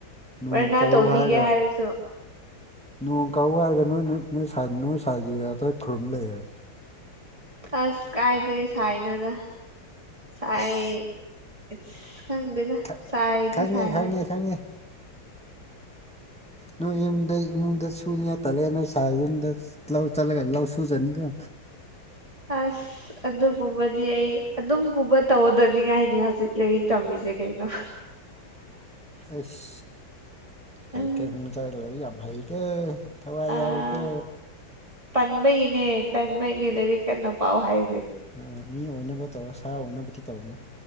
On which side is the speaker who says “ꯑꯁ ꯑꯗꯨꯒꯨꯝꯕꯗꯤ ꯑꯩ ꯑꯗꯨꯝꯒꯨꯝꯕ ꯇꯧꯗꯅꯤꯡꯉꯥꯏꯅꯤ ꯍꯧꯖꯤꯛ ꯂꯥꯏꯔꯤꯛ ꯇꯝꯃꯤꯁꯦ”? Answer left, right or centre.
Right